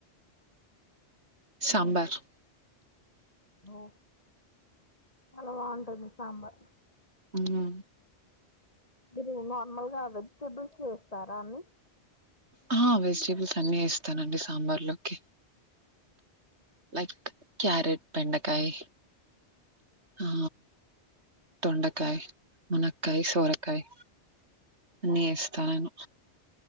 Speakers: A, on the right; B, on the left.
A: సాంబార్
B: ఓ చాలా బాగుంటది సాంబార్
A: ఉమ్ హు
B: మీరు నార్మల్ గా వెజిటబుల్స్ వేస్తారా అన్ని
A: హా వెజిటేబుల్స్ అన్ని ఏస్తానండి సాంబార్ లోకి లైక్ క్యారెట్ బెండకాయ్ హా తొండకాయ్ మునక్కాయ్ సొరకాయ్ అన్నయ్య ఎస్తా నేను